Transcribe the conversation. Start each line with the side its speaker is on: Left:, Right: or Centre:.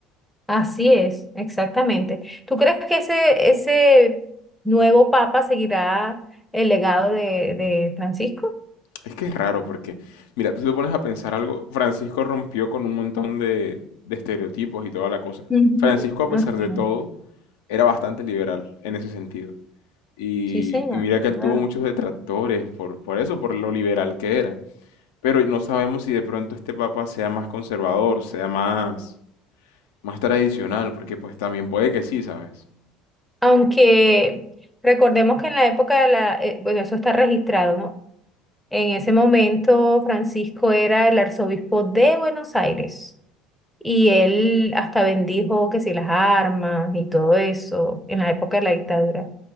Centre: Así es, exactamente. ¿Tú crees que ese, ese nuevo papa seguirá el legado de, de Francisco?
Left: Es que es raro porque, mira, tú te pones a pensar algo, Francisco rompió con un montón de, de estereotipos y toda la cosa.
Centre: Ujú.
Left: Francisco, a
Centre: Así
Left: pesar de
Centre: es.
Left: todo, era bastante liberal en ese sentido. Y,
Centre: Sí, señor.
Left: y mira que él
Centre: Claro.
Left: tuvo muchos detractores por, por eso, por lo liberal que era. Pero no sabemos si de pronto este papa sea más conservador, sea más, más tradicional, porque pues también puede que sí, ¿sabes?
Centre: Aunque recordemos que en la época de la, eh, bueno, eso está registrado, ¿no? En ese momento Francisco era el arzobispo de Buenos Aires y él hasta bendijo que si las armas y todo eso en la época de la dictadura.